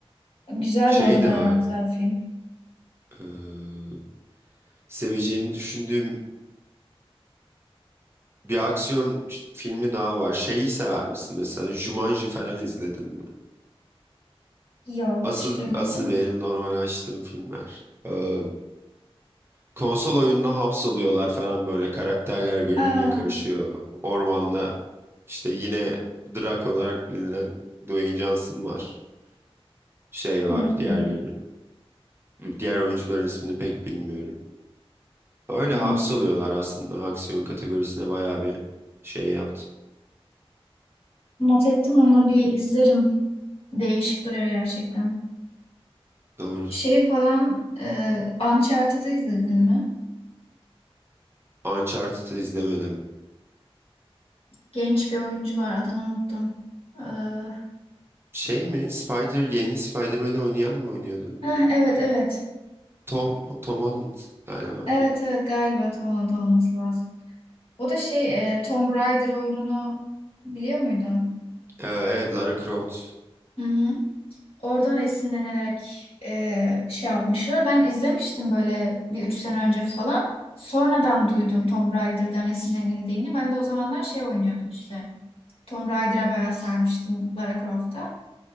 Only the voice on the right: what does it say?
Şey
de
var.
eee, seveceğini düşündüğüm bir aksiyon ş- filmi daha var. Şeyi sever misin mesela? Jumanji falan izledin mi?
Asıl
asıl benim normal açtığım filmler. Eee, konsol oyununa hapsoluyorlar falan böyle. Karakterler birbirine
karışıyor. Ormanda. İşte yine Drake olarak bilinen Dwayne Johnson var. Şey
var diğerleri. Diğer oyuncuların ismini pek bilmiyorum. Öyle
hapsoluyorlar aslında. Aksiyon kategorisine bayağı bir şey yaptım.
Doğru.
Uncharted'ı izlemedim.
Şey mi? Spider, yeni Spider-Man'i oynayan mı oynuyordu?
Tom, Tom Holland galiba.
Ee, evet Lara Croft.